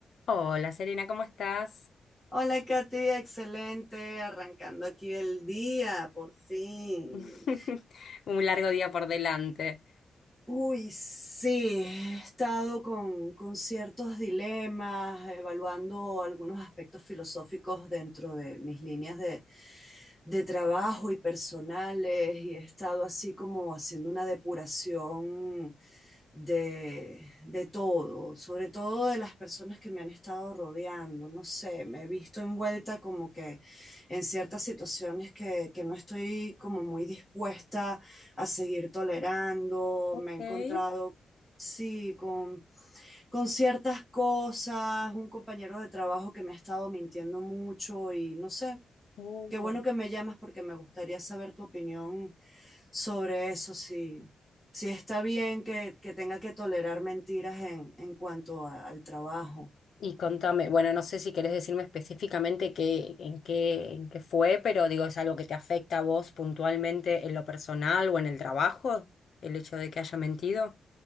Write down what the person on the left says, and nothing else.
Hola Serena, ¿cómo estás?
<laughs> Un largo día por delante.
Ok.
Mm.
Y contame, bueno, no sé si querés decirme específicamente qué, en qué, en qué fue, pero digo, ¿es algo que te afecta a vos puntualmente en lo personal o en el trabajo? El hecho de que haya mentido.